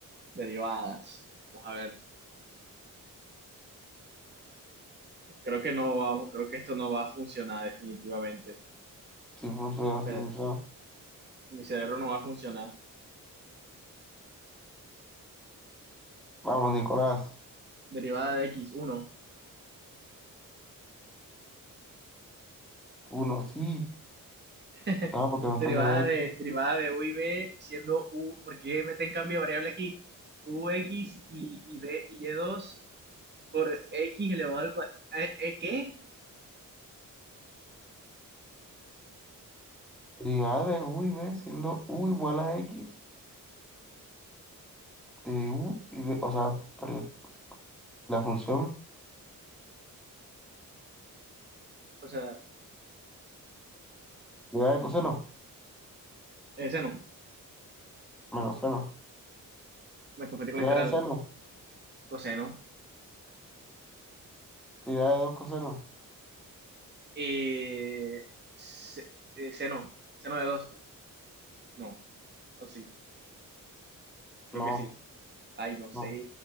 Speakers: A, on the right (about 30°); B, in the centre.
A: Derivadas. Vamos a ver. Creo que no va, creo que esto no va a funcionar definitivamente.
B: Si funciona,
A: Espérate,
B: si funciona.
A: mi cerebro no va a funcionar.
B: Vamos, Nicolás.
A: Derivada de x, uno
B: Uno, sí.
A: <laughs>
B: No, porque va a estar
A: Derivada
B: de X.
A: de, derivada de u y b siendo u, porque meten cambio de variable aquí, ux y, y b y y2 por x elevado al cuadrado. ¿Qué?
B: Derivada de U y B siendo U igual a X de U y B. O sea, pero la función
A: O sea,
B: derivada de coseno,
A: eh, seno,
B: menos seno.
A: me confundí con
B: Derivada
A: la integral,
B: de seno,
A: coseno.
B: derivada de dos cosenos.
A: Eh, se- eh, seno, seno de dos no, o sí, creo
B: No,
A: que sí. Ay, no sé,
B: no,